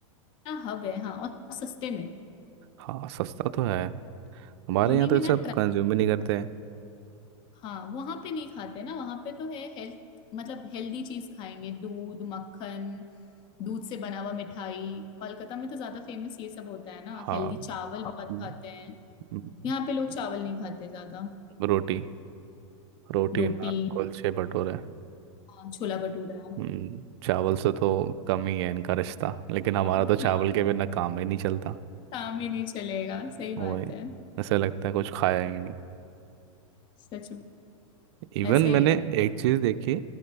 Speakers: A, on the left; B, on the right.
A: ना हब है हाँ और सस्ते में
B: हाँ सस्ता तो है हमारे
A: दिल्ली
B: यहाँ तो
A: में
B: ये
A: ना
B: सब कंज्यूम ही नहीं करते हैं
A: हाँ वहां पे नहीं खाते ना वहां पे तो है हेल्थ मतलब हेल्दी चीज खाएंगे दूध मक्खन दूध से बना हुआ मिठाई कोलकाता में तो ज्यादा फेमस ये सब होता है ना
B: हाँ
A: हेल्दी चावल बहुत
B: हम्म,
A: हाँ खाते हैं
B: हम्म।
A: यहाँ पे लोग चावल नहीं खाते ज्यादा
B: रोटी रोटी
A: रोटी
B: नान कुलचे भटूरे
A: हाँ, छोला भटूरा
B: हम्म, चावल से तो कम ही है इनका रिश्ता लेकिन
A: हाँ
B: हमारा तो चावल
A: हाँ
B: के बिना काम ही नहीं चलता
A: काम ही नहीं चलेगा सही
B: वही
A: बात है
B: ऐसा लगता है कुछ खाया ही नहीं
A: सच
B: इवन
A: ऐसा ही
B: मैंने
A: है
B: एक चीज़ देखी